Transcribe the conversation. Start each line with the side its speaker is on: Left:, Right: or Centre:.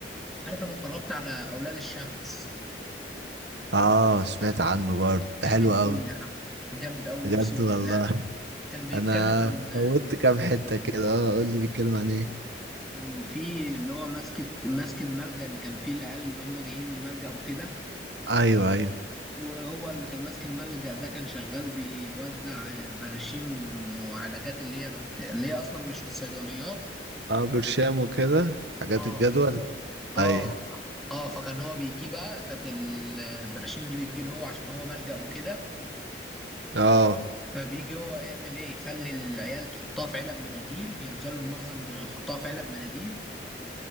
Centre: عارف انا اتفرجت على اولاد الشمس
Right: اه سمعت عنه برضه
Centre: جامد
Right: ده حلو قوي
Centre: قوي يا عم جامد قوي
Right: بجد
Centre: اقسم
Right: والله
Centre: بالله كان بيتكلم
Right: انا
Centre: عن
Right: فوتت كام حتة كده اه قول لي بيتكلم عن ايه
Centre: كان في اللي هو ماسك ماسك الملجأ اللي كان فيه العيال اللي هم جايين ملجأ وكده
Right: ايوه ايوه
Centre: وهو اللي كان ماسك الملجأ ده كان شغال بيوزع براشيم وعلاجات اللي هي بت... اللي هي اصلا مش في الصيدليات
Right: اه برشام وكده حاجات
Centre: اه
Right: الجدول
Centre: ف- اه
Right: ايوه
Centre: اه فكان هو بيجي بقى كانت البراشيم دي بتجي له هو عشان هو ملجأ وكده
Right: اه
Centre: فبيجي هو يعمل ايه يخلي العيال تحطها في علب مناديل ينزلوا المخزن يحطها في علب مناديل